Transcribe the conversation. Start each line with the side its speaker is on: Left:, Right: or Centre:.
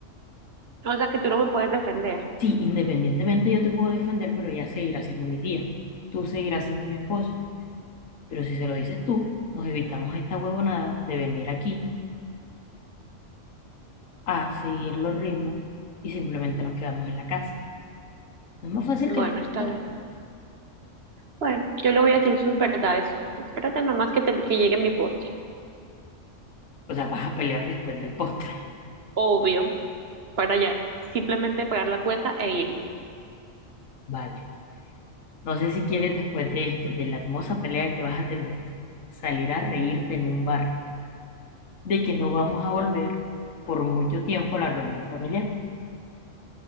Right: O sea que tú no me puedes defender.
Left: Sí, independientemente yo te puedo defender, pero ella seguirá siendo mi tía. Tú seguirás siendo mi esposa. Pero si se lo dices tú, nos evitamos esta huevonada de venir aquí a seguir los ritmos y simplemente nos quedamos en la casa. No es más fácil
Right: Bueno,
Left: que... el
Right: está
Left: postre.
Right: bien. Bueno, yo le voy a decir sus verdades. Espérate nomás que, te- que llegue mi postre.
Left: O sea, vas a pelear después del postre.
Right: Obvio, para ya simplemente pagar la cuenta e irnos.
Left: <laughs> Vale. No sé si quieres después de esto, de la hermosa pelea que vas a tener, salir a reírte en un bar, de que no vamos a volver por mucho tiempo a la reunión familiar.